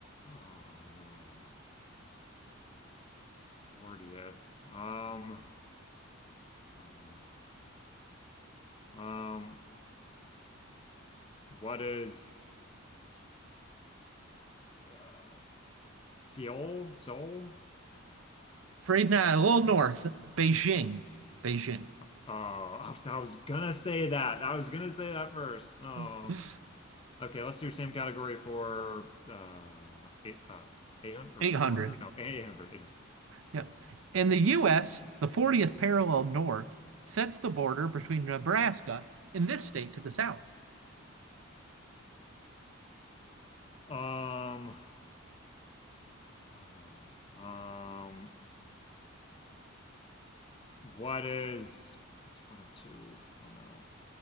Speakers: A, on the left; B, on the right.
A: oh no. 40th. Um, oh no. Um, what is uh, Seoul? Seoul?
B: Afraid not. A little north, Beijing. Beijing.
A: Oh, <laughs> I was I was gonna say that. I was gonna say that first. Oh.
B: <laughs>
A: Okay, let's do same category for uh eight uh 800 or
B: 800.
A: 400? No, 800,
B: Yeah. In the U.S., the 40th parallel north sets the border between Nebraska and this state to the south.
A: Um, oh no. Um, what is, that's one of two. Oh no.